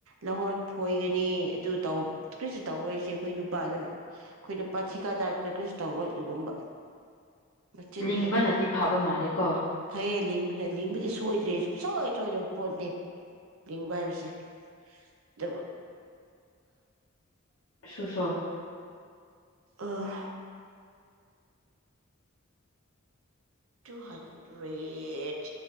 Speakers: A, on the right; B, on the left.
A: ꯂꯍꯣꯟ ꯐꯣꯏꯒꯅꯤ ꯑꯗꯨ ꯇꯧ ꯀꯔꯤꯁꯨ ꯇꯧꯔꯣꯏꯁꯦ ꯑꯩꯈꯣꯏ ꯅꯨꯄꯥꯗꯨꯅ ꯑꯩꯈꯣꯏ ꯅꯨꯄꯥ ꯊꯤꯀꯥꯗꯥꯔꯗꯨꯅ ꯀꯔꯤꯁꯨ ꯇꯧꯔꯣꯏ ꯑꯗꯨꯒꯨꯝꯕ ꯃꯆꯤꯟꯅꯤ
B: ꯂꯤꯡꯕꯅꯗꯤ
A: ꯈꯛꯇꯅꯤ
B: ꯐꯕ ꯃꯥꯜꯂꯦꯀꯣ
A: ꯐꯌꯦ ꯂꯤꯡꯕꯗꯤ ꯁꯣꯏꯗ꯭ꯔꯦ ꯁꯨꯡꯁꯣꯏ ꯁꯣꯏꯗꯕ ꯄꯣꯠꯅꯦ ꯂꯤꯡꯕ ꯍꯥꯏꯕꯁꯦ ꯑꯗꯨꯕꯨ
B: ꯁꯨꯁꯣ
A: ꯑꯥ ꯇꯨ ꯍꯟꯗ꯭ꯔꯦꯠ